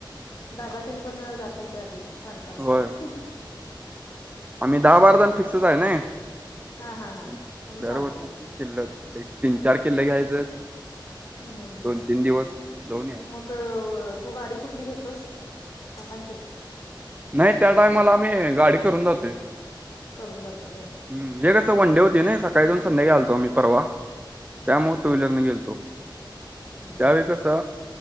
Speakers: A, on the left; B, on the right.
A: दादा ते न पण जात होते आधी. सारखं असं.
B: होय आम्ही दहा, बारा जण फिक्सच आहे नै. <unintelligible>
A: हा हा हा
B: <unintelligible>
A: म्हणून चालतंय
B: एक, तीन, चार किल्ल घ्यायचं.
A: हम्म हम्म हम्म,
B: दोन तीन दिवस जाऊन यायचं
A: मग तू गाडी कुठली घेतोस? काकांची?
B: नाही, त्या टाईमाला आम्ही गाडी करून जातोय.
A: करून जाताय व्हय.
B: हम्म, हे कसं वनडे होती ना, सकाळी जाऊन, संध्याकाळी आलतो, आम्ही परवा. त्यामुळे टू व्हीलरने गेलतो.
A: हम्म
B: त्यावेळी कस?